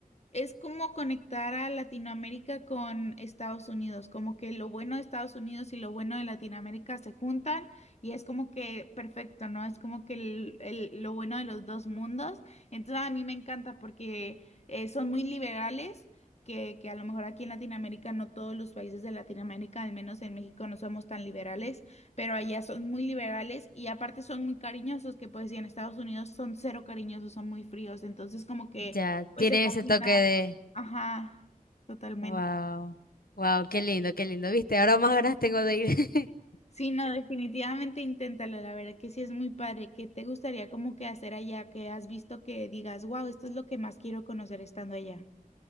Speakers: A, on the left; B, on the left.
A: es como conectar a Latinoamérica con Estados Unidos, como que lo bueno de Estados Unidos y lo bueno de Latinoamérica se juntan y es como que perfecto, ¿no? Es como que el- el- lo bueno de los dos mundos. Entonces a mí me encanta porque eh, son muy liberales, que, que a lo mejor aquí en Latinoamérica, no todos los países de Latinoamérica, al menos en México no somos tan liberales, pero allá son muy liberales y aparte son muy cariñosos, que pues y en Estados Unidos son cero cariñosos, son muy fríos. Entonces como que...
B: Ya,
A: Pues
B: tiene
A: se combina,
B: ese toque de,
A: ajá, totalmente.
B: wow, wow, qué lindo, qué lindo, viste, ahora más ganas tengo de ir. <laughs>
A: Sí, no, definitivamente inténtalo, la verdad que sí es muy padre. ¿Qué te gustaría como que hacer allá? que has visto que digas, wow, esto es lo que más quiero conocer estando allá?